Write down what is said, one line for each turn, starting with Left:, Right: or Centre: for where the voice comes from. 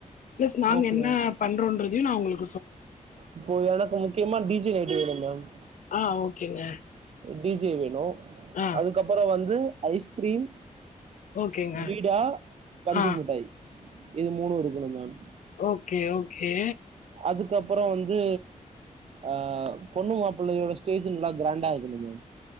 Left: ஃபிளஸ் நாங்க
Right: ஓகே
Left: என்ன
Right: மேம்
Left: பண்றோன்றதையு நா உங்களுக்
Right: இப்போ எனக்கு முக்கியமா டீ ஜே லைட் வேணு மேம்
Left: ஆஹ் ஓகேங்க
Right: டி ஜே வேணு
Left: ஆ
Right: அதுக்கப்புறொ வந் து ஐஸ்கிரீம்
Left: ஓகேங்க.
Right: பீடா பஞ்சு
Left: ஆ
Right: முட்டாய் இது மூணு இருக்கணு மேம்
Left: ஓகே ஓகே
Right: அதுக்கப்பறொ வந்து ஆஹ் பொண்ணு மாப்பிள்ளையோட ஸ்டேஜ் நல்லா கிராண்டா இருக்கணும் மேம்